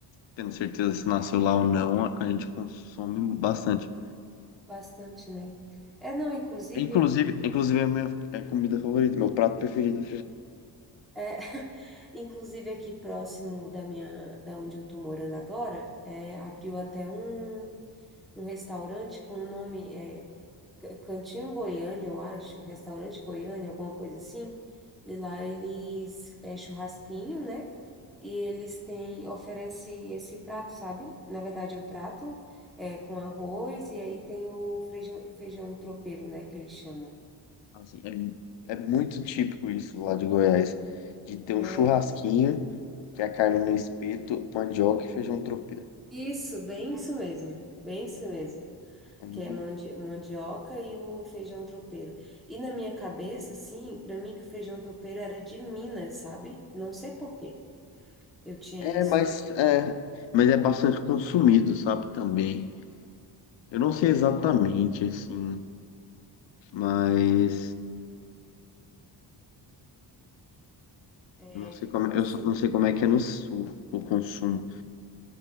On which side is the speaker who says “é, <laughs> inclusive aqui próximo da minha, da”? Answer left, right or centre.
Centre